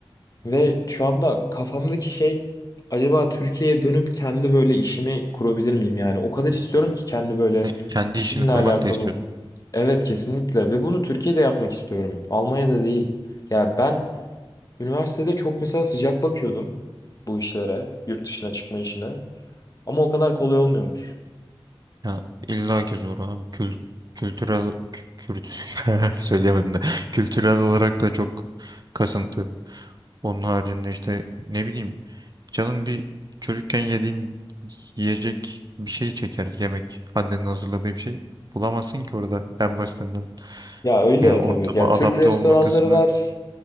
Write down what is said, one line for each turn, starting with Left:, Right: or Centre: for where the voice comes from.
Left: Ve şu anda kafamdaki şey acaba Türkiye'ye dönüp kendi böyle işimi kurabilir miyim yani? O kadar istiyorum ki kendi böyle
Right: yani kendi
Left: işimle
Right: işini kurmak
Left: alakalı
Right: da istiyorsun.
Left: olun. Evet kesinlikle ve bunu Türkiye'de yapmak istiyorum. Almanya'da değil. Ya ben üniversitede çok mesela sıcak bakıyordum bu işlere, yurt dışına çıkma işine. Ama o kadar kolay olmuyormuş.
Right: Ya illa ki zor abi. Kül- kültürel kü- kürt <laughs> söyleyemedim de. Kültürel olarak da çok kasıntı. Onun haricinde işte ne bileyim canın bir çocukken yediğin yiyecek bir şey çeker yemek. Annenin hazırladığı bir şey. Bulamazsın ki orada en basitinden.
Left: Ya öyle
Right: Yani ortama
Left: tabii. Ya
Right: adapte
Left: Türk restoranları
Right: olma kısmı
Left: var.